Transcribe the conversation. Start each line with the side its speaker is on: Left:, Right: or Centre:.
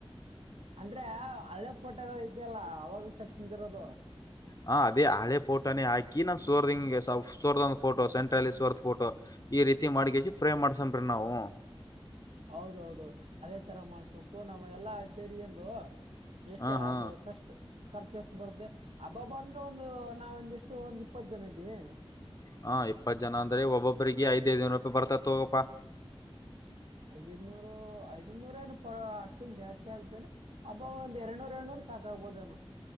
Right: ಅಂದ್ರೆ ಹಳ ಹಳೇ ಪೋಟೋಗಳು ಇದ್ಯಲ್ಲ ಅವಾಗ್ಲ ತಕ್ಷಿಂದಿ ಇರೋದು.
Left: ಹ ಅದೇ ಹಳೆ ಫೋಟೋನ ಹಾಕಿ ಸೋರ್ ಹಿಂಗೆ ಸೋರ್ದ ಒಂದ್ ಫೋಟೋ ಸೆಂಟ್ರಅಲ್ಲಿ ಸೋರ್ದ ಫೋಟೋ. ಈ ರೀತಿ ಮಾಡಿಕಸಿ ಫ್ರೇಮ್ ಮಾಡಸಂಬ್ರಿ ನಾವು.
Right: ಹೌದೌದು ಅದೇ ತರ ಮಾಡ್ಸ್ಬೇಕು ನಾವ್ ಎಲ್ಲಾ ಆಸೆರಿಗೆಂಡು. ಎಷ್ಟೇ
Left: ಹಾ ಹಾ
Right: ಆದ ಕಷ್ಟ. ಖರ್ಚು ಎಷ್ಟು ಬರುತ್ತೆ ಹಬ್ಬಬ್ಬ ಅಂದ್ರೆ ಒಂದು ನಾವ ಒಂದ ಎಷ್ಟು ಒಂದ್ ಇಪ್ಪತ್ತು ಜನ ಇದ್ದೀವಿ.
Left: ಹಾ ಇಪ್ಪತ್ತು ಜನ ಅಂದ್ರೆ ಒಬ್ಬಬ್ಬ್ರರಿಗೆ ಐದೈದನರು ರೂಪಾಯಿ ಬರ್ತೈತ್ ತೊಗೋಪ.
Right: ಐದದ್ನೂರು ಐದ ನೂರ ಏನು ಪರ ಅಷ್ಟನ್ ಜಾಸ್ತಿ ಆಗ್ತೇನೆ. ಅಬ್ಬ ಒಂದ ಎರಡುನೂರ್ ಎರಡ್ನೂರು ಸಾಕಾಗಬೋದನು.